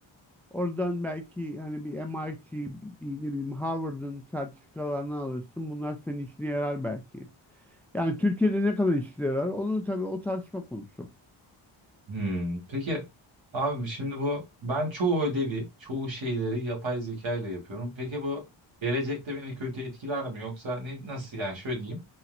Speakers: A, in the centre; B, on the right.
A: Oradan belki hani bir MIT, bir, bir ne bileyim Harvard'ın sertifikalarını alırsın. Bunlar senin işine yarar belki. Yani Türkiye'de ne kadar işine yarar? Onu tabii o tartışma konusu.
B: Hmm. Peki abi şimdi bu ben çoğu ödevi, çoğu şeyleri yapay zeka ile yapıyorum. Peki bu gelecekte beni kötü etkiler mi yoksa ne nasıl yani şöyle diyeyim.